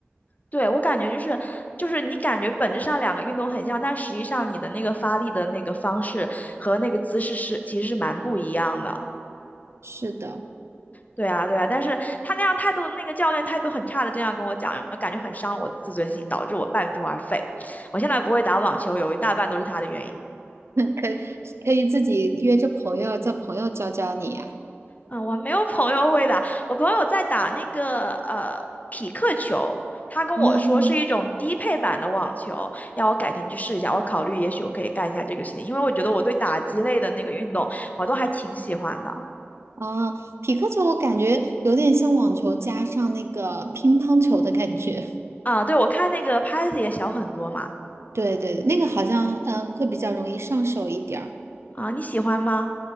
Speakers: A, on the left; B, on the right.
A: 对，我感觉就是就是你感觉本质上两个运动很像，但实际上你的那个发力的那个方式和那个姿势是其实是蛮不一样的。
B: 是的，
A: 对啊，对啊，但是他那样态度，那个教练态度很差的，这样跟我讲，然后感觉很伤我自尊心，导致我半途而废。我现在不会打网球，有一大半都是他的原因。
B: 可可以自己约着朋友，叫朋友教教你呀。
A: 嗯，我没有朋友会打，我朋友在打那个呃匹克球，他跟我说是一种低配版的网球，
B: 哦
A: 要我改天去试一下。我考虑也许我可以干一下这个事情，因为我觉得我对打击类的那个运动我都还挺喜欢的。
B: 啊，匹克球我感觉有点像网球加上那个乒乓球的感觉。<laughs>
A: 啊，对，我看那个拍子也小很多嘛。
B: 对对，那个好像嗯会比较容易上手一点儿。
A: 啊，你喜欢吗？